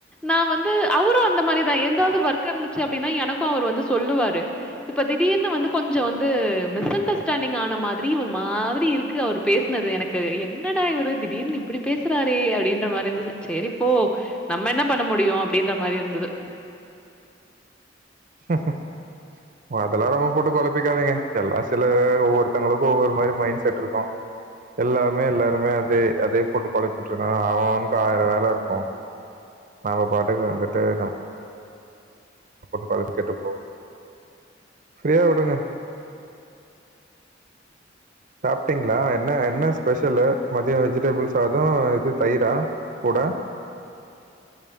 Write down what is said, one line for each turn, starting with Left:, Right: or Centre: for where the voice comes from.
Centre: நா வந்து அவரு அந்த மாரிதா எதாவது ஒர்க் இருந்துச்சு அப்டின்னா எனக்கு அவரு வந்து சொல்லுவாரு இப்ப திடீர்னு வந்து கொஞ்சோ வந்து மிஸ் அண்டர்ஸ்டாண்டிங் ஆன மாதிரி ஒரு மாதிரி இரு க்கு அவர் பேசுனது எனக்கு என்னடா இவர் திடீர்னு இப்டி பேசுறாரே அப்டின்ற மாரி இருந்துது செரி ஒ நம்ம என்ன பண்ண முடியு அப்டின்ற மாரி இருந்துது
Right: ஹு ஹு அதெல்லா ரொம்ப போட்டு கொழப்பிக்காதிங்க எல்லா சில ஒவ்வருத்தவங்குளுக் ஒவ்வொரு மாரி மைண்ட் செட் இருக்கு எல்லாமே எல்லாருமே அதே அதே போட்டு கொழப்பிட் இருக்காங்க அவ அவனுக்கு ஆய்ரோ வேல இருக்கு நாம பாட்டுக்கு வந்துட்டு நம் போட்டு கொழப்பிகிட் இருக்கோ சேர் வுடுங்க சாப்டிங்ளா என்ன என்ன ஸ்பெசலு மதியோ வெஜிடபிள் சாதோ இது தயிரா கூட